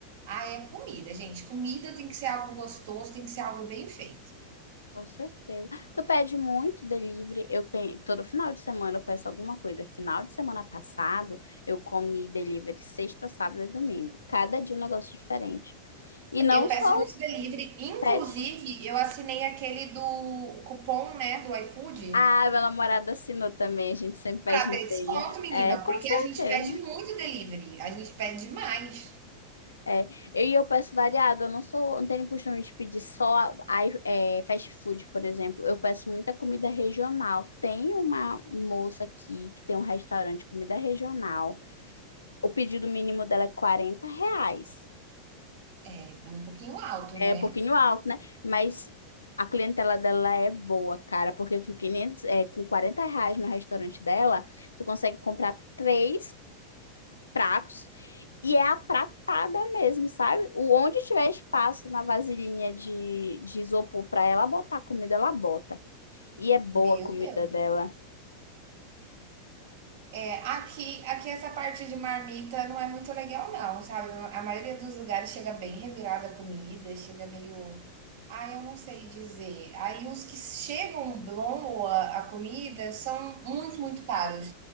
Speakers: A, on the right; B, on the left.
A: ah, é comida, gente. Comida tem que ser algo gostoso, tem que ser algo bem feito.
B: Com certeza. Tu pede muito delivery. Eu tenho, todo final de semana eu peço alguma coisa. Final de semana passado, eu comi delivery sexta, sábado e domingo. Cada dia um negócio diferente. E não
A: Eu
B: só
A: peço muito
B: os
A: delivery, inclusive
B: que pede.
A: eu assinei aquele do cupom, né, do iFood,
B: Ah, meu namorado assinou também. A gente sempre pede
A: para ter
B: no
A: desconto,
B: dele.
A: menina,
B: É, com
A: porque
B: certeza.
A: a gente pede muito delivery, a gente pede demais,
B: É. Eu, e eu peço variado. Eu não sou, não tenho costume de pedir só ai- é, fast food, por exemplo. Eu peço muita comida regional. Tem uma moça aqui que tem um restaurante de comida regional. o pedido mínimo dela é 40 reais.
A: é um pouquinho alto,
B: É
A: né?
B: um pouquinho alto, né? Mas a clientela dela é boa, cara, porque com quinhentos, é, com 40 reais no restaurante dela, tu consegue comprar três pratos e é a pratada mesmo, sabe? O onde tiver espaço na vasilhinha de, de isopor pra ela botar comida, ela bota. E é boa
A: Meu
B: a comida
A: Deus.
B: dela.
A: É, Aqui, aqui essa parte de marmita não é muito legal, não, sabe? A maioria dos lugares chega bem revirada a comida, chega meio. Ah, eu não sei dizer. Aí os que chegam boa a comida são muito, muito caros.